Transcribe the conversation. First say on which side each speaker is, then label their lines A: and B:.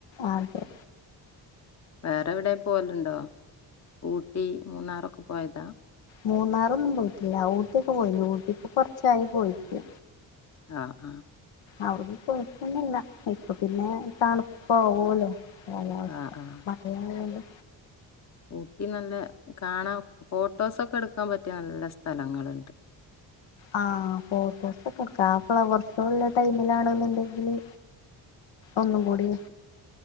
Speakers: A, on the left; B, on the left.
A: അതെ
B: വേറെ എവിടേം പോവലുണ്ടോ ഊട്ടി മൂന്നാറൊക്കെ പോയതാ
A: മൂന്നാറൊന്നും പോയിട്ടില്ല ഊട്ടിയൊക്കെ പോയി ഊട്ടിക്ക് കൊറച്ചായി പോയിട്ട്
B: അ അ
A: അവിടൊന്നും കൊഴപ്പൊന്നില്ല ഇപ്പൊ പിന്നെ തണുപ്പാവുല്ലോ കാലാവസ്ഥ
B: ആഹ് ആഹ്
A: മഴയായാലും
B: ഊട്ടി നല്ല കാണാം ഫോട്ടോസൊക്കെ എടുക്കാൻ പറ്റിയ നല്ല സ്ഥലങ്ങളുണ്ട്
A: ആ ഫോട്ടോസൊക്കെടുക്ക ആ ഫ്ലവർ ഷോ ഒള്ള ടൈമിലാണെന്നുണ്ടെങ്കില് ഒന്നും കൂടീം